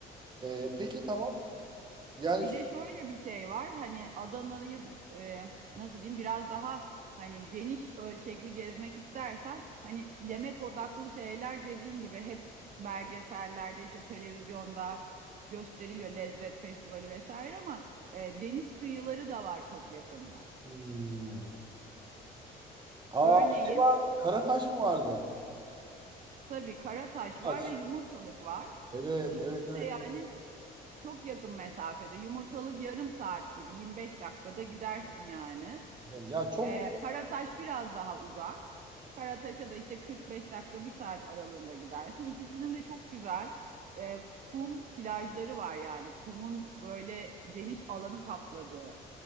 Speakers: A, on the right (about 25°); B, on the right (about 50°).
A: Ee, peki tamam. Yani
B: Bir
A: şu,
B: de şöyle bir şey var hani Adana'yı e, nasıl diyeyim biraz daha hani geniş ölçekli gezmek istersen hani yemek odaklı şeyler dediğin gibi hep belgesellerde işte televizyonda gösteriliyor lezzet festivali vesaire ama e, deniz kıyıları da var çok yakında.
A: Hmm.
B: Örneğin
A: aa ne var? Karataş mı vardı?
B: tabii Karataş
A: Bak,
B: var ve Yumurtalık var.
A: evet,
B: İkisi
A: evet, evet.
B: de yani çok yakın mesafede. Yumurtalık yarım saat gibi 25 dakikada gidersin yani.
A: Ya çok
B: Ee, Karataş biraz daha uzak. Karataş'a da işte 45 dakika bir saat aralığında gidersin. İkisinin de çok güzel e, kum plajları var yani. Kumun böyle geniş alanı kapladığı